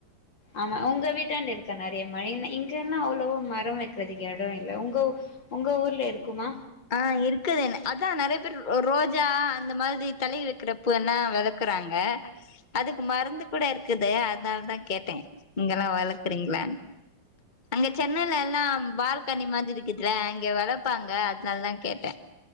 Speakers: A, on the left; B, on the left.
A: ஆமா உங்க வீட்டாண்ட இருக்கா நெறைய <unintelligible> இங்கல்லா அவ்ளவோ மரோ வெக்றதுக் எ டொ இல்ல உங்க உங்க ஊர்ல இருக்குமா
B: ஆ இருக்குதேன அதா நறைய பேர் ரோஜா அந்த மாரி தலைல வெக்கிற பூன்னா வதக்குறாங்க அதுக்கு மருந்து கூட இருக்குது அத்னாலதா கேட்டே நீங்கல்லா வளக்குறீங்ளானு அங்கெ சென்னைல எல்லா பால்கனி மாதி இருக்குதுல அங்கெ வளப்பாங்க அத்னாலதா கேட்டே